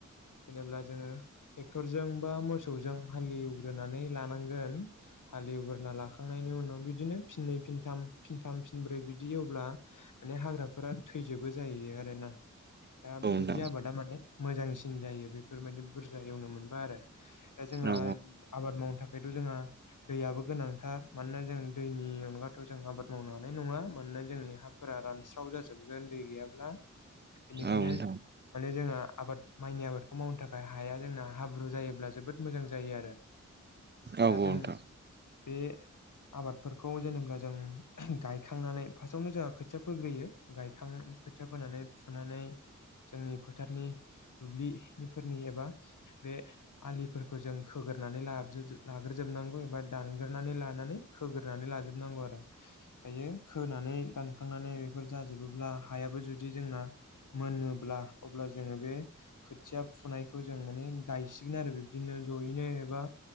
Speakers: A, on the left; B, on the right.
A: जेनेब्ला जोङो ट्रेक्टरजों बा मोसौजों हालि एवग्रोनानै लानांगोन हालि एवग्रोना लाखांनायनि उनाव बिदिनो फिनै फ फिथाम फिनथाम फिनब्रै बिदि एवब्ला माने हाग्राफोरा थैजोबो जाहै आरो ना दा
B: औ
A: बिदि
B: नोंथां
A: आबादा माने मोजांसिन जायो बेफोरमायादि बुरजा एवनो मोनबा आरो दा जोंहा
B: औ
A: आबाद मावनो थाखायथ' जोंहा दैयाबो गोनांथार मानोना जों दैनि अनगा थ' जों आबाद मावनो हानाय नङा मानोना जोंनि हाफोरा रानस्राव जाजोबगोन दै गैयाब्ला इनिखायनो
B: औ नोंथां
A: माने जोंहा आबाद माइनि आबादखौ मावनो थाखाय हाया जोंना हाब्रु जायोब्ला जोबोद मोजां जायो आरो
B: औ औ
A: दा
B: नोंथां
A: जों बे आबादफोरखौ जेनेब्ला जों गायखांनानै फार्स्टआवनो जोंहा खोथिया फोग्रोयो गायखां खोथिया फोनानै फुनानै नै जोंनि फोथारनि दुब्लिफोरनि एबा बे आलिफोरखौ जों खोगोरनानै लाजोब लाग्रोजोबनांगौ एबा दानग्रोनै लानानै खोग्रोनानै लाजोबनांगौ आरो दायो खोनानै दानखांनानै बेफोर जाजोबोब्ला हायाबो जुदि जोंना मोनोब्ला अब्ला जोङो बे खो थिया फुनायखौ जों माने गायसिगोन आरो बिबदिनो ज'यैनो एबा